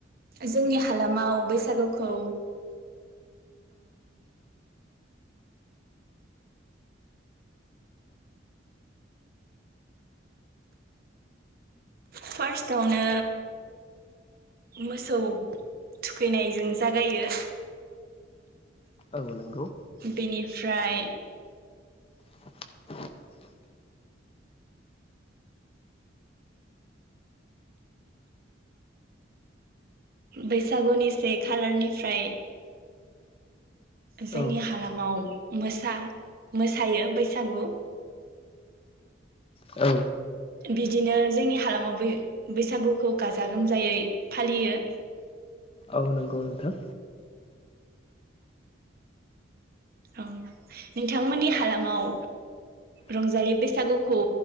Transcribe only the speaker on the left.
औ नंगौ
<inaudible>
औ
औ
औ नंगौ नोंथां